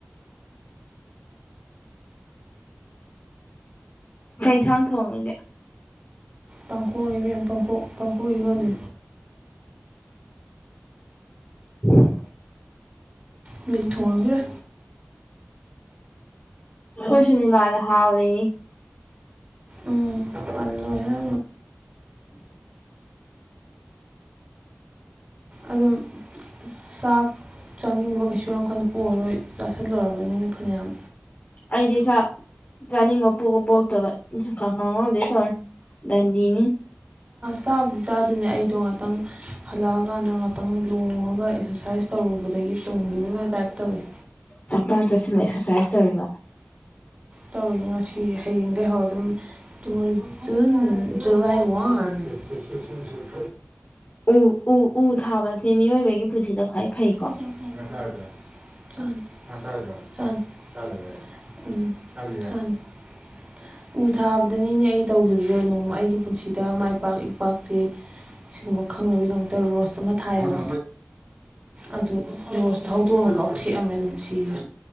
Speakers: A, on the left; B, on the right.
A: ꯀꯩꯁꯥꯡ ꯊꯣꯡꯉꯒꯦ
B: ꯄꯥꯡꯈꯣꯛꯉꯤꯕ ꯄꯈꯣꯛ ꯄꯥꯡꯈꯣꯛꯕꯣꯟꯁꯦ
A: ꯎꯝ
B: ꯃꯗꯤ ꯊꯣꯡꯉ ꯐꯔ
A: ꯈꯁꯤꯅꯤ ꯂꯥꯟ ꯍꯥꯎꯅꯤ
B: ꯎꯝ ꯄꯟ ꯍꯥꯏꯔ ꯑꯗꯨꯝ ꯆꯥꯛ ꯆꯥꯅꯤꯡꯕ ꯀꯩꯁꯨ ꯌꯥꯝ ꯀꯟꯅ ꯄꯣꯛꯔꯣꯏ ꯁꯠꯂꯨꯔꯕꯅꯤꯅ ꯐꯅꯌꯥꯝ
A: ꯑꯩꯗꯤꯁ ꯆꯥꯅꯤꯡꯉꯣ ꯄꯣꯛ ꯄꯣꯛꯇꯕ ꯈ ꯈꯪꯍꯧꯗꯣꯏ ꯇꯧꯔ ꯗꯟꯗꯤꯅꯤ
B: ꯆꯥꯕꯨꯗꯤ ꯆꯥꯗꯣꯏꯅꯦ ꯑꯩꯗꯣ ꯉꯥꯛꯇꯪ ꯍꯜꯂꯛꯑꯀꯥꯟꯗ ꯉꯥꯛꯇꯪ ꯂꯣꯡꯉꯒ ꯑꯦꯛꯁꯔꯁꯥꯏꯁ ꯇꯧꯔꯨꯕꯗꯒꯤ ꯇꯨꯡꯈꯤꯕ ꯑꯃ ꯇꯥꯏꯞ ꯇꯧꯏꯤ
A: ꯇꯞꯇꯥꯥꯅ ꯆꯠꯁꯤꯜꯂ ꯑꯦꯛꯁꯔꯁꯥꯏꯁ ꯇꯧꯔꯤꯕ
B: ꯇꯧꯤꯅꯦ ꯉꯁꯤ ꯍꯌꯦꯡꯗꯒꯤꯩ ꯍꯧꯔ ꯑꯗꯨꯝꯃꯣ ꯖꯨꯟ ꯖꯨꯂꯥꯏ ꯋꯥꯟ ꯦ
A: ꯎ ꯎ ꯎ ꯊꯥꯕꯁꯦ ꯃꯤꯑꯣꯏꯕꯒꯤ ꯄꯨꯟꯁꯤꯗ ꯈ꯭ꯋꯥꯏ
B: ꯆ
A: ꯐꯩꯀꯣ
B: ꯆ ꯆ ꯎꯝ ꯊꯪ ꯎ ꯊꯥꯕꯗꯅꯤꯅꯦ ꯑꯩ ꯇꯧꯈꯤꯕꯔꯣ ꯅꯣꯡꯃ ꯑꯩꯒꯤ ꯄꯨꯟꯁꯤꯗ ꯃꯥꯏ ꯄꯥꯛ ꯏ ꯄꯥꯛꯇꯦ ꯁꯤꯒꯨꯝꯕ ꯈꯪꯅꯕꯒꯤꯗꯃꯛꯇ ꯔꯣꯁ ꯑꯃ ꯊꯥꯏꯑꯒ ꯑꯗꯨ ꯔꯣꯁ ꯊꯥꯎꯗꯣꯡꯅ ꯀꯥꯎꯊꯦꯛꯑꯝꯃꯦ ꯑꯗꯨꯝ ꯁꯤꯁꯦ